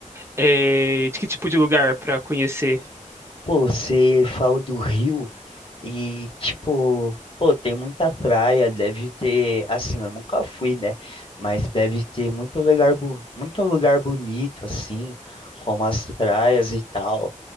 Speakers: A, on the right; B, on the left.
A: é, de que tipo de lugar para conhecer?
B: Pô, você fala do Rio e, tipo, pô, tem muita praia, deve ter, assim, eu nunca fui, né? Mas deve ter muito lugar, bo- muito lugar bonito, assim, como as praias e tal.